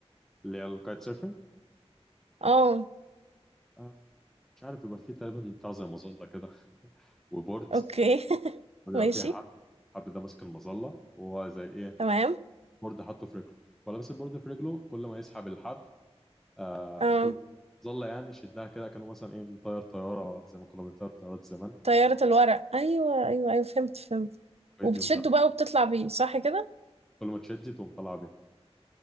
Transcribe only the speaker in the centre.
اللي هي الكايت سيرفينج
آه، مش عارف بيبقى فيه تقريبا بتاع زي مظله كده وبورد
وبيبقى
فيه حبل الحبل ده ماسك المظله وهو زي ايه
بورد حاطه في رجله فلابس البورد في رجله كل ما يسحب الحبل آه
كل ما ظل يعني يشدها كده كانه مثلا ايه مطير طياره زي ما كنا بنطير طيارات زمان
ويدي
وطير.
كل ما تشد تقوم طالعه بيه